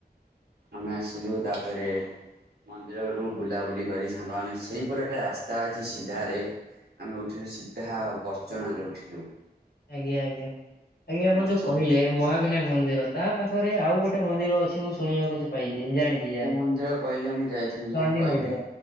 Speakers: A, on the right; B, on the left.
A: ଆମେ ଆସିଲୁ ତାପରେ? ମନ୍ଦିରରୁୁ ବୁଲାବୁଲି କରି ସାଙ୍ଗମାନେେ ସେଇପଟେ ଟେ ରାସ୍ତା ଅଛି ସିଧାରେ ଆମେ ଉଠିଲୁ ସିଧା ବର୍ଚ୍ଚନା ରେ ଉଠିଲୁ।
B: ଆଜ୍ଞା ଆଜ୍ଞା, ଆଜ୍ଞା ଆପଣ
A: ବର୍ଚ୍ଚ
B: ଯୋଉ କହିଲେ ମହାବିନାୟକ ମନ୍ଦିର ତା ପାଖରେ ଆଉ ଗୋଟେ ମନ୍ଦିର ଅଛି ମୁଁ ଶୁଣିବାକୁ ଜେ ପାଇଛି। ଜାଣିଛି ଯାହା।
A: କୋଉ ମନ୍ଦିର କହିଲେ, ମୁଁ ଯାଇଥିଲି ନାଇଁ
B: ଚଣ୍ଡୀ
A: କହିବି।
B: ମନ୍ଦିର